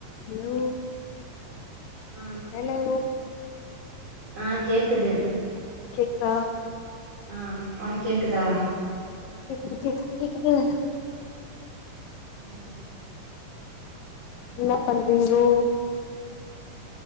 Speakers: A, on the left; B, on the right.
A: ஹலோ
B: ஆ
A: ஹலோ
B: ஆ கேக்குது
A: கேக்குதா
B: ஆ ஒனக்கு கேக்குதா
A: கேக்குது கேக் கேக்குது
B: ம்
A: என்ன பண்றீங்கோ